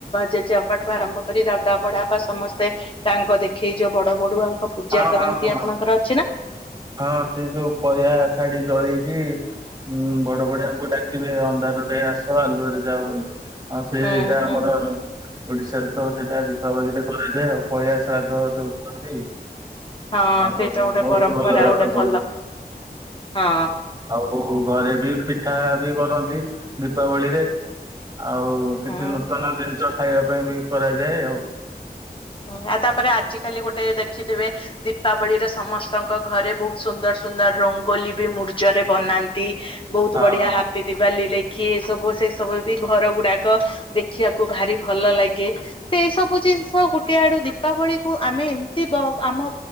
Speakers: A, on the left; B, on the right.
A: ଜେଜେପଠୁ ଆରମ୍ଭ କରି ଦାଦା ପଡା ବା ସମସ୍ତେ ତାଙ୍କ ଦେଖେଇ ଯୋଉ ବଡ ବଡୁଆ। ଲୋକ ପୂଜା
B: ହଁ
A: କରନ୍ତି
B: ହଁ ହଁ।
A: ଆପଣଙ୍କର ଅଛି ନା।
B: ହଁ ସେ ଯୋଉ କହା ଖାଡି ଜଳେଇକି ହୁଁ ବଡ ବଡଆମଡ କେେ ଅନ୍ଧାରରେ ଆସ ଆଲୁଅରେ ଯାଅ ବୋଲି। ହଁ ସେ
A: ହୁଁ
B: ଏଇଟା
A: ହୁଁ
B: ଆମର ଓଡିଶାରେ ତ ସେଇଟା ଦୀପାବଳିରେ ଗଣାଯାଏ ଆଉ ପଇୟା ଶ୍ରାଦ୍ଧ ଯୋଉ କୁହନ୍ତି।
A: ହଁ
B: ଆଉ
A: ସେଇଟା ଗୋଟେ
B: ବହୁତ
A: ପରମ୍ପରା
B: ଭଲ ଭାବରେ
A: ଗୋଟେ ଭଲ
B: ହୁଏ।
A: ହଁ
B: ଓହୋ ଘରେ ବି ପିଠା ବି କରନ୍ତି ଦୀପାବଳିରେ ଆଉ
A: ହଁ
B: କିଛି ନୂତନ ଜିନିଷ ଖାଇବା ପାଇଁ ବି କରାଯାଏ ଆଉ
A: ହଁ ତାପରେ ଆଜି କାଲି ଗୋଟେ ଦେଖ ଦେଖିଥିବେ ଦୀପାବଳିରେ ସମସ୍ତଙ୍କ ଘରେ ବହୁତ ସୁନ୍ଦର ସୁନ୍ଦର ରଙ୍ଗୋଲି ବି ମୂର୍ଜରେ ବନାନ୍ତି। ବହୁତ
B: ହଁ
A: ବଢିଆ ହାପି ଦିିବାଲି ଲେ ସିଏ ସବୁ ସେ ସବୁ ବି ଘର ଗୁଡାକ ଦେଖିବାକୁ ଭାରି ଭଲ ଲାଗେ ସେଇ ସବୁ ଜିନିଷ ଗୋଟେ କେଆଡୁ ଦୀପାବଳି କୁ ଆମେ ଏମିତି ଆମ